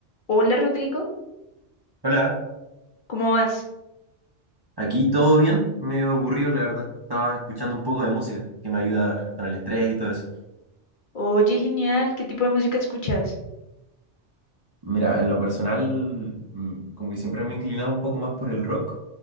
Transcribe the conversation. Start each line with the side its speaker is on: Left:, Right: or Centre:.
Left: Hola Rodrigo,
Right: Hola,
Left: ¿cómo vas?
Right: aquí todo bien, medio aburrido la verdad. Estaba escuchando un poco de música que me ayuda con el estrés y todo eso.
Left: Oye, genial, ¿qué tipo de música escuchas?
Right: Mira, en lo personal, mm, como que siempre me he inclinado un poco más por el rock,